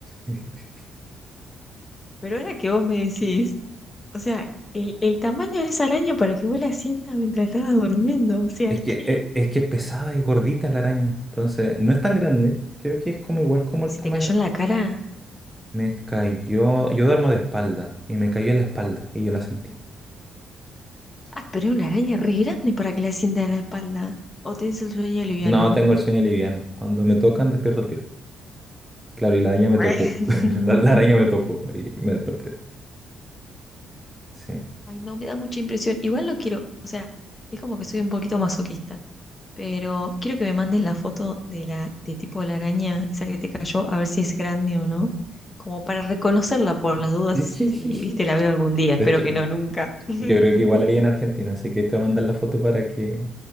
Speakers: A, in the centre; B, on the left.
A: <laughs>
B: pero ahora que vos me decís, o sea, el, el tamaño de esa araña para que vos la sientas mientras estabas durmiendo, o sea,
A: Es que
B: ¿qué?
A: es, es que es pesada y gordita la araña. Entonces, no es tan grande. Creo que es como igual como el
B: Si
A: tamaño.
B: te cayó en la cara.
A: Me cayó. Yo duermo de espalda. Y me cayó en la espalda. Y yo la sentí.
B: Ah, pero es una araña re grande para que la sientas en la espalda. O tenés el sueño liviano.
A: No, tengo el sueño liviano. Cuando me tocan, despierto el tiro. Claro, y la araña me
B: <laughs>
A: tocó. <laughs> La la araña me tocó y me desperté. Sí.
B: Ay, no, me da mucha impresión. Igual no quiero, o sea, es como que soy un poquito masoquista. Pero quiero que me mandes la foto de la de tipo de la araña, esa que te cayó, a ver si es grande o no, como para reconocerla por las dudas,
A: <laughs> De
B: si viste la veo algún día, espero
A: hecho,
B: que no nunca. <laughs>
A: yo creo que igual hay en Argentina, así que te voy a mandar la foto para que